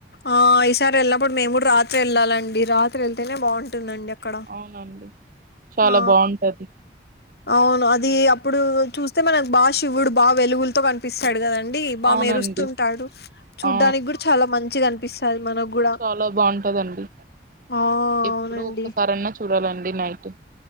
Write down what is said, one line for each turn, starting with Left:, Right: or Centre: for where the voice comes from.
Left: ఆ ఈసారి వెళ్ళినప్పుడు మేము కూడా రాత్రి వెళ్ళాలండి రా త్రి వెళ్తేనే బాగుంటుందండి అక్కడ
Right: అవునండి చాలా
Left: ఆ
Right: బాగుంటది
Left: అవును అది అప్పుడు చూస్తే మనకు బా శివుడు బాగా వెలుగులతో కనిపిస్తాడు కద డి బాగా
Right: అవునండి
Left: మెరుస్తుంటాడు చూడ్డానికి
Right: ఆ
Left: కూడా చాలా మంచిగా అనిపిస్తది మనకు కూడా
Right: చాలా బాగుంటదండి
Left: ఆ
Right: ఎప్పుడో
Left: అవునండి
Right: ఒక్కసారన్నా చూడాలండి నైట్